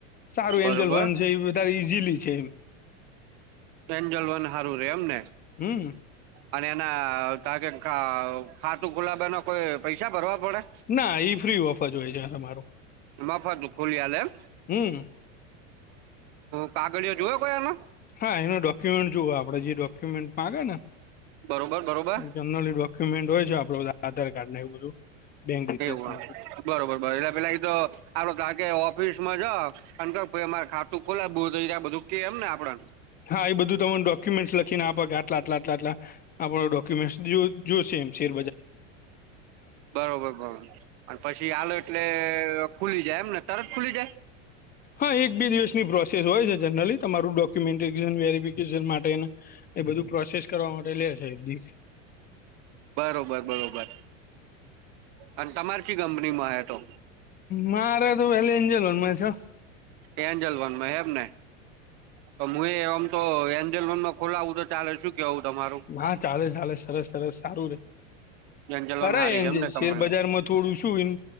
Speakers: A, on the left; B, on the right.
A: સારું
B: બરોબર
A: એન્જલ વન છે બ ઈઝલી છે.
B: એન્જલ વન હારું રે એમને
A: હમ
B: અને ના ત ખાતું ખુલાબ કોઈ પૈસા ભરવા પડે
A: ના એઈ ફ્રી ઓફ જ હોય છે હમારું
B: મફત ખુલી હલે એમ
A: હમ
B: કાગડીયો જોયો કોઈ એનો.
A: હા એનો ડોક્યુમેન્ટ જોવ આપડે જે ડોક્યુમેન્ટ માંગે ને
B: બરોબર બરોબર
A: જનરલી ડોક્યુમેન્ટ હોય છે આપડે બધાને આધાર કાર્ડ ને એવું બધું. બેંક ડિટેલ્સ
B: એવું બરોબર એટલે પેલા એ તો આપડ ત કે ઓફિસ માં જ અને ક અમારે ખાતું ખોલા આ બધું કે એમ ને આપણે
A: હા એ બધું તમને ડોક્યુમેન્ટ લખીને આપડ આટલા આટલા આટલા આટલા આપણે ડોક્યુમેન્ટ જો શેમ છે.
B: બરોબર બરોબર અને પછી હાલ એટલે ખુલી જાય એમ ને. તરત ખુલી જાય.
A: હા એક બે દિવસ ની પ્રોસેસ હોય છે જનરલી તમારું ડોક્યુમેન્ટેશન વેરીફિકેશન માટે એ બધું પ્રોસેસ કર ટે લ છે એ દશ <unintelligible>
B: બરોબર બરોબર. અને તમાર ચી કંપનીમાં તો
A: મારે તો વ એન્જલો વનમાં છે
B: એન્ જલવાનમાં હેમ ને તો હું એ આમ તો એન્જલ રન ન ખોલાવું તો ચાલે શું કેવું તમારું
A: હા ચાલે ચાલે સરસ સરસ સારું રે
B: એન્જલ
A: કરાય
B: લોન હારી છે
A: એમ
B: એમને
A: જે
B: કંપની
A: શેરબજારમાં થોડું શું એમ